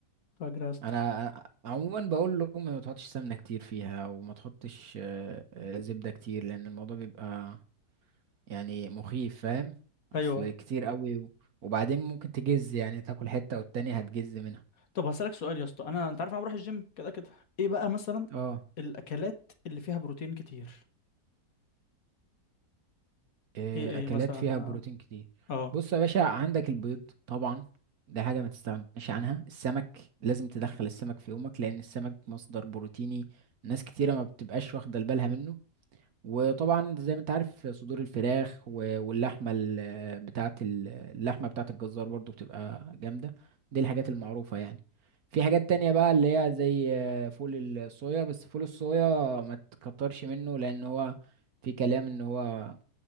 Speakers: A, on the left (about 60°); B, on the right (about 65°).
A: فاجرة يا اسطى
B: انا أنا عموما بقول لهم ما تحطش سمنه كتير فيها وما تحطش آه، آه، زبده كتير لان الموضوع بيبقى يعني مخيف فاهم اصل
A: أيوه
B: كتير قوي و- وبعدين ممكن تجز يعني تاكل حته والتانية هتجز منها
A: طب هسألك سؤال يا اسطى أنا أنت عارف أنا بروح الجيم كده كده ايه بقى مثلا
B: اه
A: الأكلات اللي فيها بروتين كتير
B: آه،
A: ايه ايه
B: اكلات
A: مثلا
B: فيها بروتين كتير
A: اه
B: بص يا باشا عندك البيض طبعا ده حاجه ما تستغناش عنها السمك لازم تدخل السمك في يومك لان السمك مصدر بروتيني ناس كتيره ما بتبقاش واخده بالها منه وطبعا زي ما انت عارف صدور الفراخ و- واللحمه ال- بتاعه ال- اللحمه بتاعه الجزار برضو بتبقى جامده دي الحاجات المعروفه يعني في حاجات تانية بقى اللي هي زي آه، فول الصويا بس فول الصويا ما تكترش منه لان هو في كلام ان هو